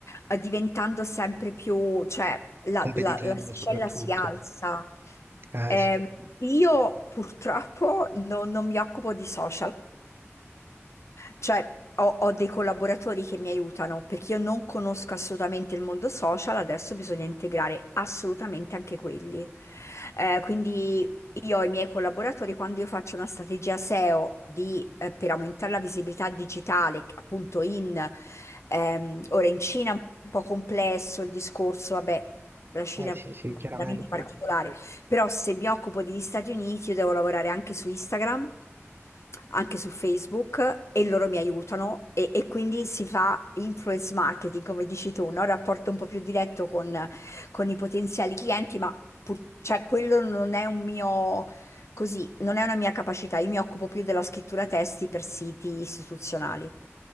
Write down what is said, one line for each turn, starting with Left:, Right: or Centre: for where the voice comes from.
Left: eh, diventando sempre più, cioè la,
Right: competitivo
Left: la- la scella
Right: soprattutto.
Left: si alza.
Right: Eh
Left: Ehm,
Right: sì,
Left: io purtroppo non non mi occupo di social. Cioè, ho, ho dei collaboratori che mi aiutano perché io non conosco assolutamente il mondo social, adesso bisogna integrare assolutamente anche quelli. Eh, quindi io ho i miei collaboratori, quando io faccio una strategia SEO di, eh, per aumentare la visibilità digitale, appunto in, ehm, ora in Cina è un po' complesso il discorso, vabbè, la Cina
Right: eh, sì,
Left: è
Right: sì, chiaramente.
Left: veramente particolare. Però se mi occupo degli Stati Uniti, io devo lavorare anche su Instagram, anche su Facebook e loro mi aiutano e, e quindi si fa influence marketing, come dici tu, no? Rapporto un po' più diretto con, con i potenziali clienti, ma pur- cioè, quello non è un mio, così, non è una mia capacità. Io mi occupo più della scrittura testi per siti istituzionali.